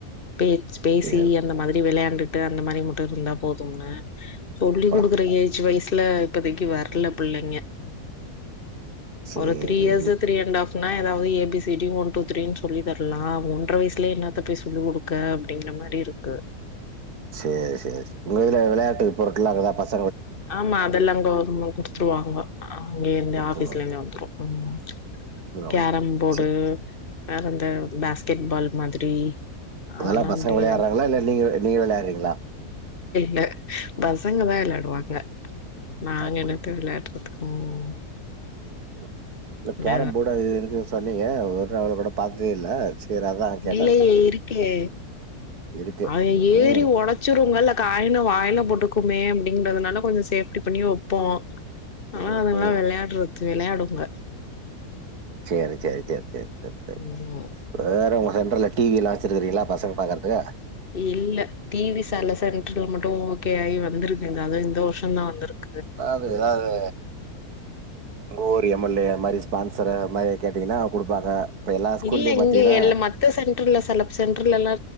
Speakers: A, on the left (about 35°); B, on the right (about 70°).
A: பே ஸ்பேசி
B: எ
A: அந்த மாதிரி விளையாண்டு விட்டுட்டு அந்த மாரி மட்டும் இருந்தா போதும்னு சொல்லி
B: ப
A: கொடுக்குற ஏஜ் வயசு ல இப்பதைக்கு வரல பிள்ளைங்க
B: சேரி.
A: ஒரு திரீ இயர்ஸ் திரீ அண்ட் ஆஃப் னா ஏதாவது A B திடி one two three சொல்லிதர லா ஒன்ற வயசுலயேனாத்த போய் சொல்லி கொடு க அப்டிங்குற மாரி இருக்கு
B: சேரி சேர் சேர் உங்க இதுல விளையாட்டு பொருட்கள்லா அங்கதா பஸ்
A: ஆமா அதெல்லா கவ்ர்ம கு துவாங்க அங்கயே இருந்து
B: குடுத்துருவா
A: ஆஃபீஸ்ல இருந்தே வந்துரு ம்
B: குடுத்துருவாங்க.
A: கேரம் போடு
B: சரி.
A: வேற அந்த பேஸ்கெட் பால் மாதிரி
B: அதெலா
A: அதெல்லா
B: பசங்க
A: அப்டியே
B: வெளையாடுறாங்ளா இல்ல நீங்க நீங்க வெளையாடுறிங்ளா
A: ல பசங்கதா விளாடுவாங் அ நாங்க
B: அப்படி.
A: என்னத்த விளாடுறது ம்
B: ம். இல்ல
A: இந்த
B: கேரம் போடு அது இது இருக் சொன்னிங்க ஒரு நாள்ல கூட பாத்ததே இல்ல. சரி அதான் கேட்டேன்.
A: இல்லயே இருக்கே
B: இருக்கு.
A: அத
B: ம்ஹ்ம்.
A: ஏறி ஒடச்சிருங்க இல்ல காய்ன வாய்ல போட்டுக்கு க்குமே அப்டிங்றதுனால கொஞ்சோ சேஃப்டி பண்ணி வெப்போ
B: ம்ஹ்ம்.
A: ஆனா அதுங்ளா வெளயாடறது விளையாடுங்க
B: செரி செரி செர் செர் சர் சரி
A: ம்
B: வேறமா சென்டர்ல டிவி எல்லா வச்சிருக்றிளா பசங்க பாக்கறதுக்கு
A: இல்ல டி வி சாலசென் இன்ட்ரிவ்யூல மட்டு ஓகே ஆயி வந்துருக்கு அதுவு இந்த வருஷந்தா வந்ருக்கு
B: அதாது அது உங்க ஊரு எம் எல் ஏ அது மாரி ஸ்பான்சர அது மாரி கேட்டிங்னா குடுப்பாங்க எல்லா ஸ்கூல்லயு
A: இல்ல
B: பாத்தீங்கன்னா
A: இங்க இல் மத்த சென்டர்ல செல சென்டர்லலா